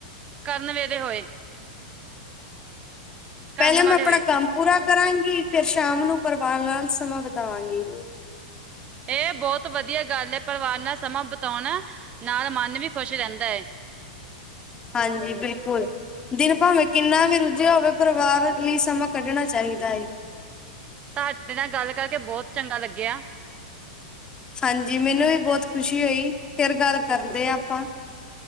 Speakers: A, on the right; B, on the left.
A: ਕਰਨ ਵੇਲੇ ਹੋਏ? ਕਰਨ
B: ਪਹਿਲੇ
A: ਵਾਲੇ
B: ਮੈਂ ਆਪਣਾ
A: ਹੋਏ
B: ਕੰਮ ਪੂਰਾ ਕਰਾਂਗੀ, ਫੇਰ ਸ਼ਾਮ ਨੂੰ ਪਰਵਾਰ ਨਾਲ ਸਮਾਂ ਬਤਾਵਾਂਗੀ।
A: ਇਹ ਬਹੁਤ ਵਧੀਆ ਗੱਲ ਐ ਪਰਿਵਾਰ ਨਾਲ ਸਮਾਂ ਬਤਾਉਣਾ ਨਾਲ ਮਨ ਵੀ ਖੁਸ਼ ਰਹਿੰਦਾ ਏ।
B: ਹਾਂਜੀ, ਬਿਲਕੁਲ। ਦਿਨ ਭਾਵੇਂ ਕਿੰਨਾ ਵੀ ਰੁੱਝਿਆ ਹੋਵੇ, ਪਰਿਵਾਰ ਲਈ ਸਮਾਂ ਕੱਢਣਾ ਚਾਹੀਦਾ ਏ।
A: ਤੁਹਾਡੇ ਨਾਲ ਗੱਲ ਕਰਕੇ ਬਹੁਤ ਚੰਗਾ ਲੱਗਿਆ।
B: ਹਾਂਜੀ, ਮੈਨੂੰ ਵੀ ਬਹੁਤ ਖੁਸ਼ੀ ਹੋਈ ਫਿਰ ਗੱਲ ਕਰਦੇ ਆ ਆਪਾਂ।